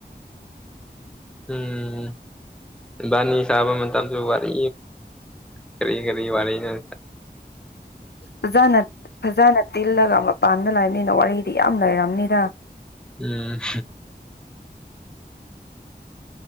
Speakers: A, in the centre; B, on the left (about 75°).
A: ꯎꯝꯝ ꯕꯥꯅꯤ ꯁꯥꯕ ꯃꯇꯝ ꯃꯇꯝꯁꯨ ꯋꯥꯔꯤ ꯈꯔꯤ ꯈꯔꯤ ꯋꯥꯔꯤ <unintelligible>
B: ꯐꯖꯅ ꯐꯖꯅ ꯇꯤꯜꯂꯒ ꯃꯄꯥꯟꯗ ꯂꯩꯕꯅꯤꯅ ꯋꯥꯔꯤꯗꯤ ꯌꯥꯝ ꯂꯩꯔꯕꯅꯤꯔ
A: ꯎꯝ